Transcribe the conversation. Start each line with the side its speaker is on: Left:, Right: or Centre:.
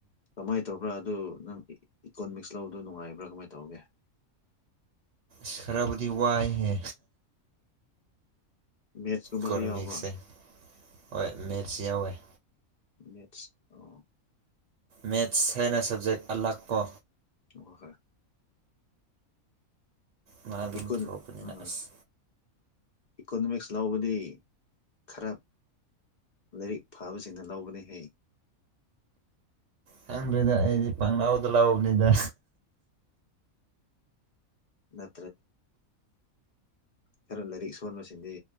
Left: ꯀꯃꯥꯏꯅ ꯇꯧꯕ꯭ꯔꯥ ꯑꯗꯨ ꯅꯪ ꯏꯀꯣꯅꯣꯃꯤꯛꯁ ꯂꯗꯣ ꯅꯨꯡꯉꯥꯏꯕ꯭ꯔꯥ ꯀꯃꯥꯏꯅ ꯇꯧꯒꯦ
Right: ꯁꯔꯕꯗꯤ ꯋꯥꯏ ꯍꯦ
Left: ꯃꯦꯠꯁꯀꯨꯝꯕꯁꯨ
Right: ꯀꯔꯃꯤꯁꯦ
Left: ꯌꯥꯎꯕ꯭ꯔꯥ
Right: ꯃꯔꯁꯤꯌꯥ ꯑꯣꯏꯣꯏ
Left: ꯅꯦꯠꯁ ꯑ
Right: ꯃꯦꯠꯁ ꯍꯥꯏꯅ ꯁꯕꯖꯦꯛ ꯑꯂꯥꯛ ꯀꯣ
Left: ꯑꯣ ꯍꯣꯏ
Right: ꯃꯥ ꯑꯗꯨꯝ
Left: ꯏꯀꯣꯟ
Right: ꯊꯄꯗꯅꯁ
Left: ꯑꯥ ꯏꯀꯣꯅꯣꯃꯤꯛꯁ ꯂꯧꯕꯗꯤ ꯈꯔ ꯂꯥꯏꯔꯤꯛ ꯐꯥꯕꯁꯤꯡꯅ ꯂꯧꯕꯅ ꯍꯩ
Right: ꯈꯪꯗ꯭ꯔꯣꯏꯗ ꯑꯩꯗꯤ ꯄꯪꯅꯥꯥꯎꯗ ꯂꯥꯎꯕꯅꯤꯗ
Left: ꯑ ꯈꯔ ꯂꯥꯏꯔꯤꯛ ꯁꯣꯟꯕꯁꯤꯡꯗꯤ